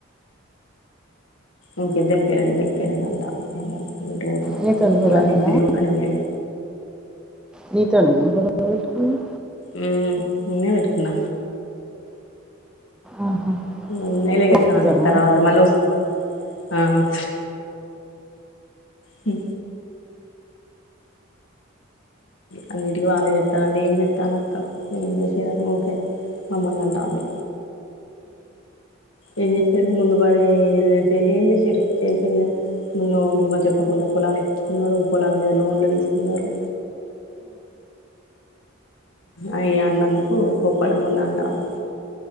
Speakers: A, on the left (about 80°); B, in the centre.
A: ఇక దంకంకంటా <unintelligible> ఎటు పోతనక్క
B: నీతో
A: నేను
B: గొడవ
A: అటు
B: అయిందా
A: ఇటు తిరిగి ఉన్న నేను ఏడు
B: నీతోనే నా గొడవ పెట్టుకుంది
A: ఉమ్ నేనే పెట్టుకున్న
B: ఆహా.
A: ఉన్నాయిలే ఇగ
B: మీ అత్తతోనా
A: చానే తర అ మలస ఆ మ హ అన్నింటికిీ వాళ్ళే చెస్తా అంటే ఏం చెస్తాల అక్క ఏం చేసేదని ఊకే మమ్మల్ని అంటాంది ఏం చేసిర్రు ముందు బడి ఏం చేసిర్రు చేసింది లోన్లు మా చెప్పకుండా పొలాలు ఎక్కించుకున్నడు పొలాల మీద లోన్లు తీసుకున్నరు అయ అన్నందుకు కోప్పడమొన్న అంటాంది